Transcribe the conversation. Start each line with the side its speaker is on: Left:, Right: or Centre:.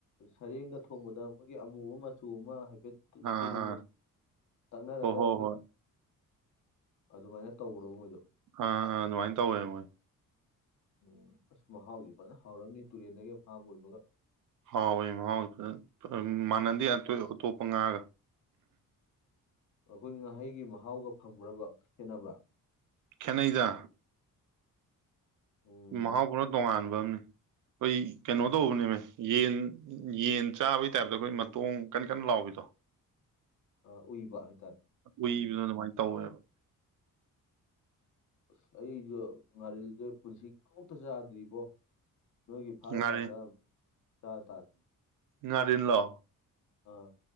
Left: ꯁꯔꯦꯡꯒ ꯊꯣꯡꯕꯗ ꯃꯣꯏꯒꯤ ꯑꯃꯨꯕ ꯃꯆꯨ ꯑꯃ ꯍꯥꯏꯐꯦꯠ ꯏꯁꯇꯤꯜꯂꯨꯟ
Right: ꯑꯥ ꯑꯥ
Left: ꯇꯛꯅꯔꯒ
Right: ꯍꯣ ꯍꯣ
Left: ꯑꯩꯈꯣꯏ
Right: ꯍꯣꯏ
Left: ꯑꯗꯨꯃꯥꯏꯅ ꯇꯧꯕ꯭ꯔꯣ ꯃꯣꯏꯗꯣ
Right: ꯑ ꯑ ꯑꯗꯨꯃꯥꯏꯅ ꯇꯧꯋꯦ ꯃꯣꯏ
Left: ꯎꯝ ꯑꯁ ꯃꯍꯥꯎꯗꯤ ꯐꯖꯅ ꯍꯥꯎꯔꯝꯅꯤ ꯇꯨꯔꯦꯟꯗꯒꯤ ꯑꯐꯥꯕ ꯑꯣꯏꯕꯒ
Right: ꯍꯥꯎꯋꯦ ꯃꯍꯥꯎꯋ ꯃꯥꯟꯅꯗꯦ ꯑꯇꯣꯞꯄ ꯉꯥꯒ
Left: ꯑꯩꯈꯣꯏ ꯉꯥꯍꯩꯒꯤ ꯃꯍꯥꯎꯒ ꯐꯪꯕ꯭ꯔꯕ ꯈꯦꯠꯅꯕ꯭ꯔꯥ
Right: ꯈꯦꯟꯅꯩꯗ
Left: ꯎꯝ
Right: ꯃꯍꯥꯎ ꯄꯨꯔꯥ ꯇꯣꯉꯥꯟꯕ ꯑꯝꯅꯤ ꯑꯩꯈꯣꯏ ꯀꯩꯅꯣ ꯇꯧꯕꯅꯦꯕ ꯌꯦꯟ ꯌꯦꯟ ꯆꯥꯕꯩ ꯇꯥꯏꯞꯇ ꯑꯩꯈꯣꯏ ꯃꯇꯣꯡ ꯀꯟ ꯀꯟꯅ ꯂꯥꯎꯕꯤꯗꯣ
Left: ꯑꯥ ꯎꯏꯕ ꯍꯥꯏꯇꯥꯔꯦ
Right: ꯎꯏꯕꯗꯣ
Left: ꯎꯝ
Right: ꯑꯗꯨꯃꯥꯏꯅ ꯇꯧꯋꯦꯕ
Left: ꯑꯁ ꯑꯩꯁꯨ ꯉꯥꯔꯤꯜꯁꯦ ꯄꯨꯟꯁꯤꯒꯤ ꯑꯃꯨꯛꯇ ꯆꯥꯗ꯭ꯔꯤꯕꯣ ꯅꯣꯏꯒꯤ ꯐꯥꯔꯀꯥꯟꯗ
Right: ꯉꯥꯔꯤꯟ
Left: ꯆꯥ ꯇꯥꯔꯦ
Right: ꯉꯥꯔꯤꯟ ꯂꯣ
Left: ꯑꯥ